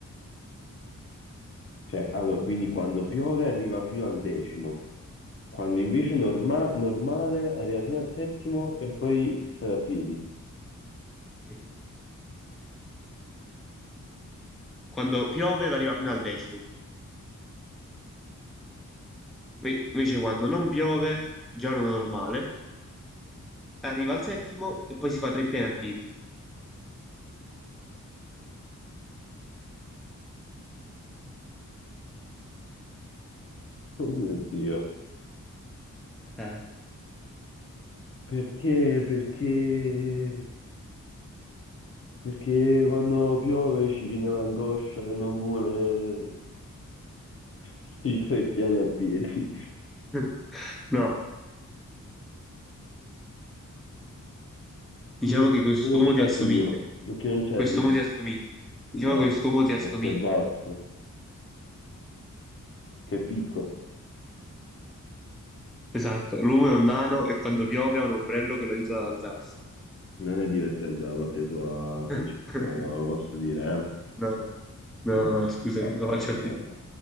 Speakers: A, on the left; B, in the centre.
A: Cioè, allora, quindi quando piove arriva fino al decimo. Quando invece norma- normale arriva fino al settimo e poi sale a piedi.
B: Sì. quando piove arriva fino al decimo. Ve- Invece quando non piove, giorno normale, arriva al settimo e poi si fa tre piani a piedi.
A: Oh mio Dio.
B: Eh,
A: Perché? Perché? Perché quando piove ci viene l'angoscia e non vuole <laughs> i tre piani a piedi.
B: <laughs> No, diciamo
A: Perché
B: che quest'uomo
A: non ci
B: ti
A: arrivo.
B: assomiglia.
A: Perché non ci
B: Quest'uomo
A: arrivo.
B: ti assomiglia. Diciamo
A: Eh,
B: che quest'uomo ti assomiglia.
A: perché è basso, perché è piccolo.
B: Esatto, l'uomo è un nano e quando piove ha un ombrello che lo aiuta ad alzarsi.
A: Non è divertente da parte sua,
B: <laughs>
A: Francesco, posso dire, eh?
B: No, no, no,
A: Vabbè,
B: no, no, scusami,
A: vabbè,
B: non la faccio
A: vabbè. vabbè.